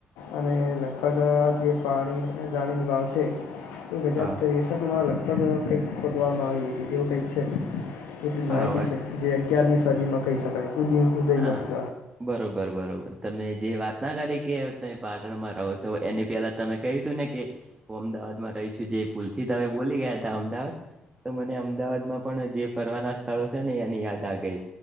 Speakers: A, on the left (about 80°); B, on the right (about 25°).
A: અને લગભગ આ જે પાણી રાણીની વાવ છે તો
B: હા
A: ગજાત લગભગ કંઈક ખોદવામાં આવી હતી એવું કંઈક છે એટલી
B: હા
A: માહિતી
B: વાત
A: છે જે અગિયારમી સદીમાં કહી શકાય. ઉદી ઉદયમતી
B: હા બરોબર બરોબર તમે જે વાત ના કરી કે ત પાટણમાં રહો છો એની પેલા તમે કહ્યું તું ને કે હું અમદાવાદમાં રહું જે પુલ થી તમે બોલી ગયા હતા અમદાવાદ તો મને અમદાવાદમાં પણ જે ફરવાના સ્થળો છે ને એની યાદ આ ગઈ